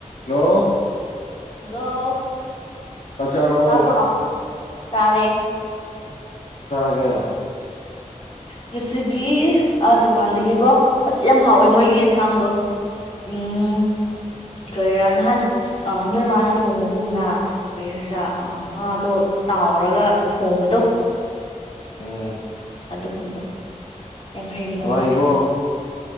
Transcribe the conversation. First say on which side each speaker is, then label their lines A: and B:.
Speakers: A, on the left (about 80°); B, on the left (about 45°).
A: ꯍ꯭ꯂꯣ
B: hello
A: ꯆꯥꯛ ꯆꯥꯔꯕꯣ
B: ꯇꯥꯕ꯭ꯔꯣ ꯆꯥꯔꯦ꯫
A: <unintelligible>
B: ꯉꯁꯤꯗꯤ ꯑ ꯗꯨꯀꯥꯟꯗꯒꯤꯀꯣ ꯑꯁ ꯌꯥꯝ ꯍꯥꯎꯋꯦ ꯃꯣꯏꯒꯤ ꯑꯦꯟꯁꯥꯡꯗꯣ ꯎꯝ ꯀꯩꯔꯥ ꯅꯍꯥꯟ ꯑꯥ ꯅꯣꯏ ꯃꯥꯅ ꯊꯣꯡꯕꯒꯨꯝꯅ ꯀꯩꯍꯥꯏꯁꯤꯔꯥ ꯑꯥ ꯉꯥꯗꯣ ꯇꯥꯎꯔꯒ ꯊꯣꯡꯕꯗꯣ꯫
A: ꯎꯝ꯫
B: ꯑꯗꯨꯒꯨꯝꯕꯗꯣ꯫ ꯌꯥꯡꯈꯩꯒꯤ
A: ꯅꯨꯡꯉꯥꯏꯔꯤꯕꯣ
B: ꯂꯧꯔꯦ꯫